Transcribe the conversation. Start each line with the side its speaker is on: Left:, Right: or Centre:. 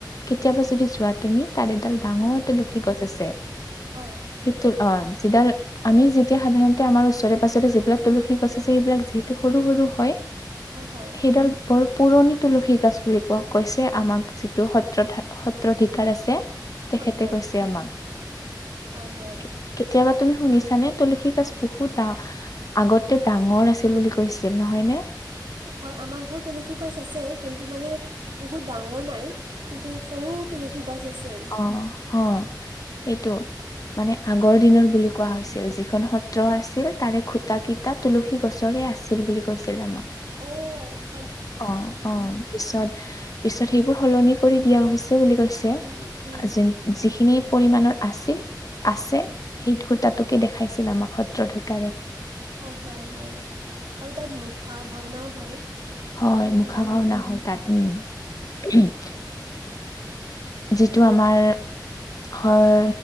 Left: কেতিয়াবা যদি যোৱা তুমি তাৰে ডাঙৰ
Right: উম উম
Left: তুলসী গছ আছে,
Right: হয়
Left: সেইটোৰ অন্স যিডাল আমি যেতিয়া সাধাৰণতে আমাৰ ওচৰে-পাজৰে যিবিলাক তুলসী গছ আছে সেইবিলাক যিহেতু সৰু-সৰু হয়
Right: হয়, -হয়।
Left: সেইডাল বৰ পুৰণি তুলসী গছ বুলি ক কৈছে আমাক যিটো সত্ৰ- সত্ৰধিকাৰ আছে। তেখেতে
Right: হয়
Left: কৈছে আমাক <inaudible>
Right: হয় হয় হয়
Left: কেতিয়াবা তুমি শুনিছানে তুলসী গছ বহুতা আগতে ডাঙৰ নাছিল বুলি কৈছিল নহয় নে?
Right: হয়, আমাৰ ঘৰত তুলসী গছ আছে কিন্তু মানে বহুত ডাঙৰ নাই কিন্তু সৰু তুলসী গছ আছে
Left: <unintelligible> অহ। সেইটো মানে আগ আগৰ দিনত বুলি কোৱা হৈছিল যিখন সত্ৰ আছিল তাৰে খুটা কেইটা তুলসী গছৰে আছিল বুলি কৈছিলে আমাক।
Right: অউ - হ।
Left: অহ-অহ পিছত পিছত সেইবোৰ সলনি কৰি দিয়া হৈছে বুলি কৈছে
Right: অঁ
Left: যে - জিখিনি পৰিমাণৰ আছিল আছে
Right: হয়
Left: সেই খুটাটোকে দেখাইছিল আমাক সত্ৰাধিকাৰে <unintelligible>
Right: অহ, হয়-হয় আৰু তাত মুখা ভাওনাও হয়।
Left: হয়,
Right: মই শুনামতে
Left: মুখা ভাওনা হয় তাত উম- উমহ যিটো আমাৰ হয়